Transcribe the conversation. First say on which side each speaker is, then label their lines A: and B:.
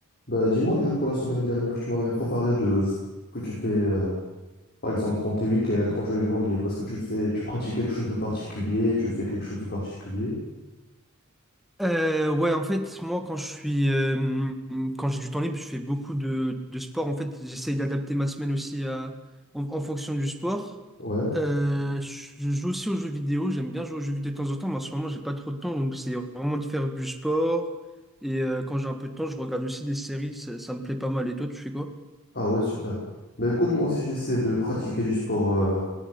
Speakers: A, on the left (about 45°); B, in the centre.
A: Bah, dis-moi, du coup, la semaine dernière, tu m'avais pas parlé de ce que tu fais, euh, par exemple, dans tes week-ends, quand tu as du temps libre. Est-ce que tu fais, tu pratiques quelque chose de particulier? Tu fais quelque chose de particulier?
B: Euh, ouais, en fait, moi, quand je suis, euh, quand j'ai du temps libre, je fais beaucoup de, de sport. En fait, j'essaye d'adapter ma semaine aussi à, en, en fonction du sport.
A: Ouais.
B: Euh, je je joue aussi aux jeux vidéo. J'aime bien jouer aux jeux vidéo de temps en temps, mais en ce moment, j'ai pas trop de temps, donc c'est vraiment de faire du sport. Et euh, quand j'ai un peu de temps, je regarde aussi des séries. Ça, ça me plaît pas mal. Et toi, tu fais quoi?
A: Ah ouais, super. Bah, écoute, moi aussi, j'essaie de pratiquer du sport, euh,